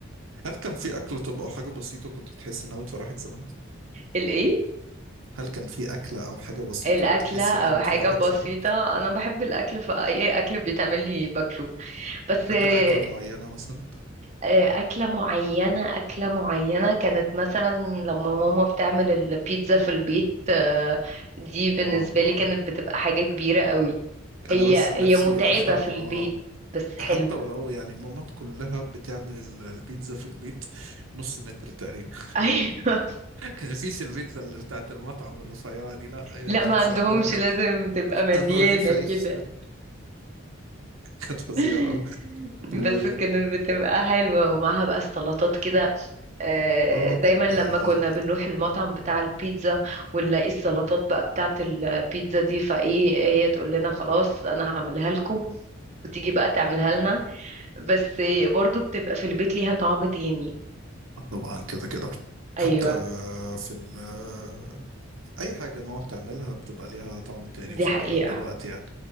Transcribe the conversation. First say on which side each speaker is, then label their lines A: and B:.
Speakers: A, on the right; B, on the right.
A: هل كان في اكل طب او حاجه بسيطه كنت بتحس انها بتفرحك زمان
B: الايه
A: هل كان في اكله او حاجه بسيطه
B: الأكلة
A: بتحس
B: أو
A: انها بتفرحك
B: حاجة بسيطة
A: زمان
B: أنا بحب الأكل فأي أكل بيتعمل لي باكله بس
A: فاكره
B: آه،
A: اكله معينه مثلا
B: آه، أكلة معينة أكلة معينة كانت مثلا لما ماما بتعمل البيتزا في البيت آه، دي بالنسبة
A: اه اه
B: لي كانت بتبقى حاجة كبيرة قوي
A: انا
B: هي
A: بس نفسي
B: هي متعبة
A: افهم
B: في البيت
A: اه
B: بس حلوة
A: حتى ولو يعني ماما كلها بتعمل ال- البيتزا في البيت نص متر تقريبا <laughs>
B: <laughs> أيوة
A: كان مفيش البيتزا اللي بتاعت المطعم الرفيعة دي لا هي
B: لا
A: البيتزا
B: ما عندهمش
A: عندنا كانت
B: لازم تبقى
A: <laughs>
B: مليانة
A: رغيف عيش
B: كده
A: <laughs> كانت فظيعة
B: <laughs>
A: أوي و
B: بس كانت بتبقى حلوة ومعاها بقى السلطات كده آه،
A: اه
B: دايما
A: كانت
B: لما
A: آه،
B: كنا بنروح المطعم بتاع البيتزا ونلاقي السلطات بقى بتاعة البيتزا دي فايه هي تقول لنا خلاص انا هعملها لكم وتيجي بقى تعملها لنا بس برضو بتبقى في البيت ليها طعم تاني
A: طبعا كده كده
B: ايوه
A: حتى في ال آه، أي حاجة ماما بتعملها بتبقى ليها طعم تاني
B: دي
A: بصراحة
B: حقيقة
A: لحد دلوقتي يعني